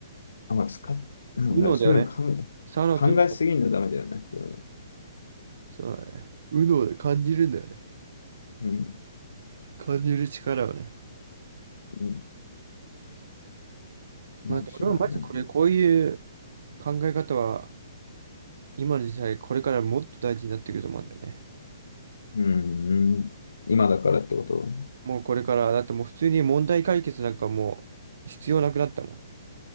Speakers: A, on the left; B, on the right.
A: あ、まあ、使っ、なんだろう、
B: 右脳だよね。
A: そういうの考え、
B: 左脳と右脳、
A: 考えすぎるのダメだよね。そういうの
B: そうだね。右脳で感じるんだよね。
A: うん、
B: 感じる力をね。
A: うん、間違いない。
B: まあ、俺はマジこれ、こういう考え方は今の時代これからもっと大事になってくると思うんだよね。
A: うん、うん、今だからってこと
B: もうこれから、だってもう普通に問題解決なんかもう必要なくなったもん。